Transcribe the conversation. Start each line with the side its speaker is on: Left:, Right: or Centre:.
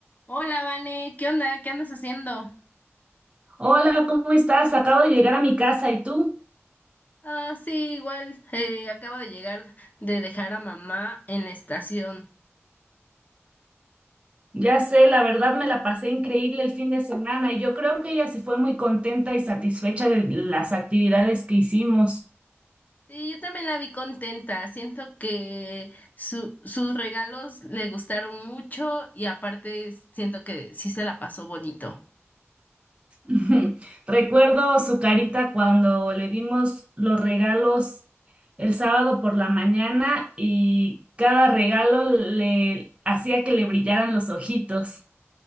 Left: Hola, Vane, ¿qué onda? ¿Qué andas haciendo?
Right: Hola, ¿cómo estás? Acabo de llegar a mi casa y tú,
Left: Ah, sí, igual, eh, acabo de llegar de dejar a mamá en la estación.
Right: ya sé, la verdad me la pasé increíble el fin de semana y yo creo que ella se fue muy contenta y satisfecha de las actividades que hicimos.
Left: Sí, yo también la vi contenta. Siento que su- sus regalos le gustaron mucho y aparte siento que sí se la pasó bonito.
Right: <laughs> Recuerdo su carita cuando le dimos los regalos el sábado por la mañana y cada regalo le hacía que le brillaran los ojitos.